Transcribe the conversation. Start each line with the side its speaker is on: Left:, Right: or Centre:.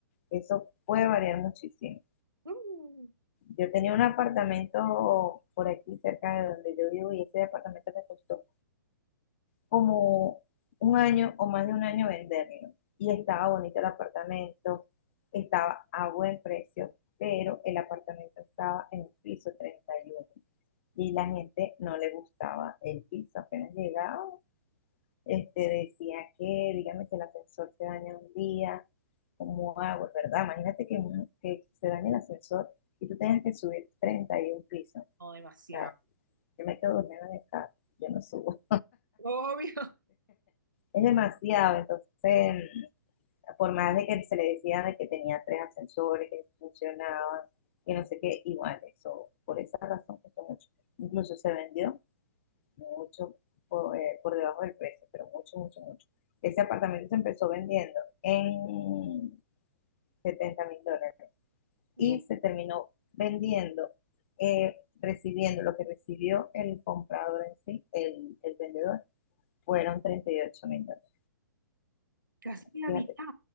Left: eso puede variar muchísimo.
Right: Mm,
Left: Yo tenía un apartamento por aquí cerca de donde yo vivo y ese apartamento me costó como un año o más de un año venderlo. Y estaba bonito el apartamento, estaba a buen precio, pero el apartamento estaba en el piso treinta y uno y la gente no le gustaba el piso. Apenas llegaba, este, decía que, dígame que el ascensor se daña un día, ¿cómo hago? ¿Verdad? Imagínate que, que se dañe el ascensor y tú tengas que subir 31 pisos. O
Right: no, demasiado.
Left: sea, yo me quedo durmiendo en el carro, yo no subo.
Right: Obvio. <laughs>
Left: Es demasiado, entonces por más de que se le decía de que tenía tres ascensores, que funcionaban, que no sé qué, igual eso, por esa razón costó mucho. Incluso se vendió mucho por, eh, por debajo del precio, pero mucho, mucho, mucho. Ese apartamento se empezó vendiendo en setenta mil dólares
Right: Mier-
Left: y se terminó vendiendo, eh, recibiendo lo que recibió el comprador en sí, el, el vendedor, fueron treinta y ocho mil dólares.
Right: casi la
Left: Fíjate,
Right: mitad.